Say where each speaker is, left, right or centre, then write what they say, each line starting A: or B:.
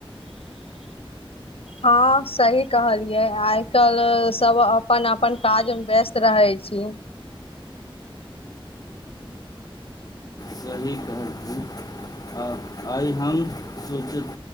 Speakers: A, on the left (about 90°); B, on the left (about 40°).
A: हां सही कहलियै, आइ काल्हि सब अपन अपन काजमे व्यस्त रहै छी।
B: सही कहलखिन आ आइ हम सोच